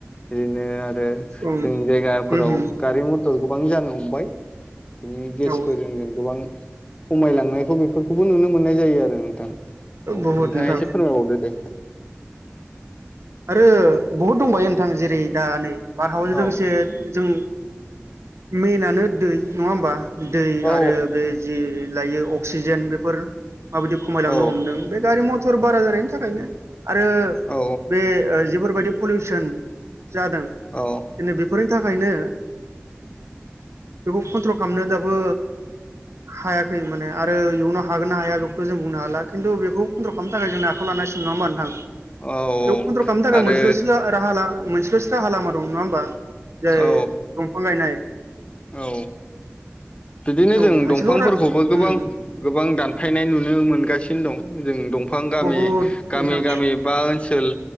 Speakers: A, on the left (about 25°); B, on the right (about 80°).
A: बिदिनो आरो जों
B: उम
A: जायगाफोराव
B: उम
A: गारि मथर गोबां जानो हमबाय बिनि गेसफोरजों
B: औ ओ
A: जों गोबां खमायलांनायखौ बेफोरखौबो नुनो मोननाय जायो आरो नों थां औ
B: बहुद
A: नोंथाङा
B: नोंथां
A: एसे फोरमायबावदो दे।
B: आरो बहुद दंबायो नोंथां जेरै दा नै बारहावाजों
A: औ
B: लोगोसे जों मेनानो दै नङा होमबा दै
A: औ
B: आरो बे जि लायो अक्सिजेन बेफोर माबायदि खमायलांनो
A: औ
B: हमदों बे गारि मथर बारा जानायनि थाखायनो। आरो
A: औ
B: बे ओ जिफोरबायदि पलिउसन जादों
A: औ
B: दिनै बेफोरनि थाखायनो बेखौ कन्ट्रल खालामनो दाबो हायाखै माने आरो इयुनाव हागोन ना हाया बेखौथ' जों बुंनो हाला खिन्थु बेखौ कन्ट्रल खालामनो थाखाय जों आखायाव लाना सिगोन नङा होमबा नोंथां।
A: औ
B: बेयाव कन्ट्रल खालामनो थाखाय
A: आरो
B: मोनसेल'सो राहा ला मोनसेलसो राहा लामा दं नङा होमबा। जाय
A: औ
B: दंफां गायनाय
A: औ बिदिनो
B: औ
A: जों
B: मोनसेल'
A: दंफांफोरखौबो
B: रा
A: गोबां
B: उम
A: गोबां दानफायनाय नुनो मोनगासि नो दं जों दंफां गामि
B: बहुद
A: गामि
B: नोंथां
A: गामि बा ओनसोल